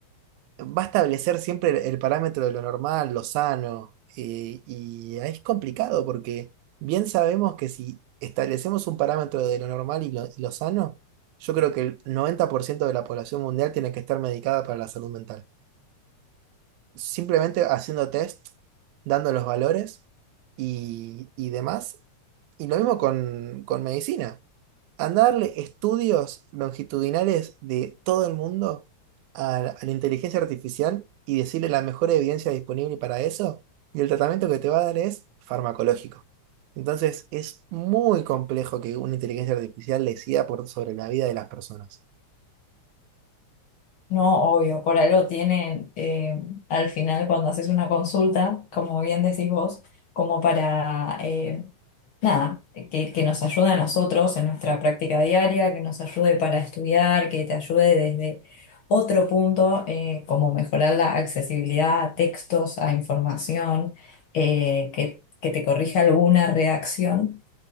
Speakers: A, on the right; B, on the left.
A: va a establecer siempre el, el parámetro de lo normal, lo sano, eh, y ahí es complicado porque bien sabemos que si establecemos un parámetro de lo normal y lo, y lo sano, yo creo que el 90% de la población mundial tiene que estar medicada para la salud mental. Simplemente haciendo test, dando los valores y, y demás. Y lo mismo con, con medicina. Andá a darle estudios longitudinales de todo el mundo a la, a la inteligencia artificial y decirle la mejor evidencia disponible para eso, y el tratamiento que te va a dar es farmacológico. Entonces, es muy complejo que una inteligencia artificial decida por, sobre la vida de las personas.
B: No, obvio, por algo tienen eh, al final cuando haces una consulta, como bien decís vos, como para, eh, nada, que, que nos ayude a nosotros en nuestra práctica diaria, que nos ayude para estudiar, que te ayude desde otro punto, eh, como mejorar la accesibilidad a textos, a información, eh, que, que te corrija alguna redacción.